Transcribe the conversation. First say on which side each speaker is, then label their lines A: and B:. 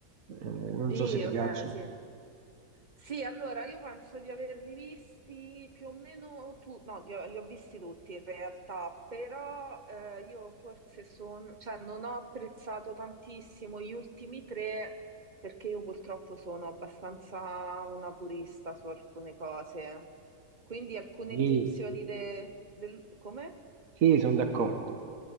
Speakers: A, on the right; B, on the right.
A: Eh, non
B: Sì,
A: so se ti piacciono.
B: beh, sì. Sì, allora io penso di averli visti più o meno tutti, no, di- li ho visti tutti in realtà, però eh, io forse sono, cioè non ho apprezzato tantissimo gli ultimi tre perché io purtroppo sono abbastanza una purista su alcune cose, quindi alcune
A: Sì,
B: intuizioni de- del... come?
A: sì, sono d'accordo.